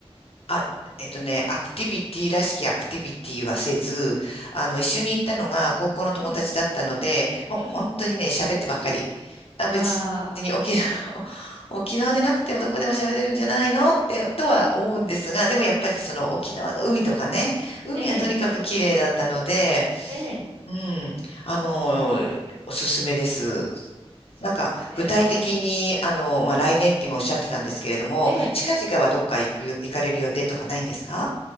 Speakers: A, on the left; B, on the right.
A: あ、えっとね、アクティビティらしきアクティビティはせず、あの、
B: うん、
A: 一緒に行ったのが高校の友達だったので、
B: うん、
A: もう本当にね、
B: うん。
A: 喋ってばっかり。あ、
B: ああ。
A: 別に沖縄、<laughs> 沖縄でなくてもどこでも喋れるんじゃないのって、とは思うんですが、でもやっぱりその沖縄の海とかね、海はとにかく綺麗だったので、
B: ええ、ええ、
A: うん、あの、おすすめです。
B: そうですよね。
A: なんか、具体的に、あの、まあ、来年って今おっしゃってたんですけれども、
B: ええ、
A: 近々はどっか行く、行かれる予定とかないんですか